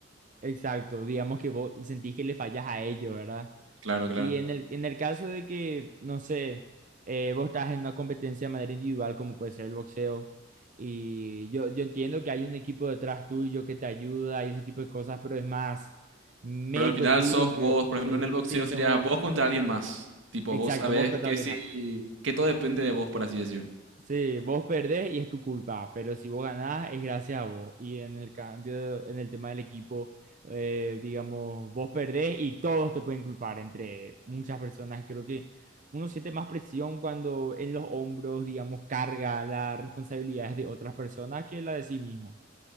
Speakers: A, on the right (about 40°); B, on the right (about 75°).
A: exacto. Digamos que vos sentís que le fallas a ellos, ¿verdad?
B: Claro, claro.
A: Y en el, en el caso de que, no sé, eh, vos estás en una competencia de manera individual, como puede ser el boxeo, y yo, yo entiendo que hay un equipo detrás tuyo que te ayuda y ese tipo de cosas, pero es más mérito
B: Pero al final
A: tuyo
B: sos
A: que...
B: vos, por
A: Sí,
B: ejemplo, en el boxeo
A: sí, sos
B: sería
A: vos.
B: vos contra alguien más. Tipo, vos
A: Exacto,
B: sabés
A: vos que
B: que
A: tal
B: si, que todo depende de vos, por así decir.
A: Sí, vos perdés y es tu culpa, pero si vos ganás es gracias a vos. Y en el cambio, en el tema del equipo, eh, digamos, vos perdés y todos te pueden culpar entre muchas personas. Y creo que uno siente más presión cuando en los hombros, digamos, carga las responsabilidades de otras personas que la de sí mismo.